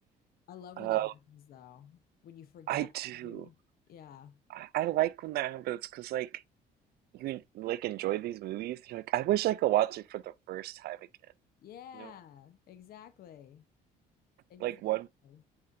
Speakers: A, on the left (about 60°); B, on the right (about 70°).
A: I love
B: Uh,
A: when that happens though, when you forget.
B: I do.
A: Mhm. Yeah.
B: I, I like when that happens because like you like enjoy these movies. You're like, I wish I could watch it for the first time again.
A: Yeah,
B: You know,
A: exactly. Exactly.
B: like one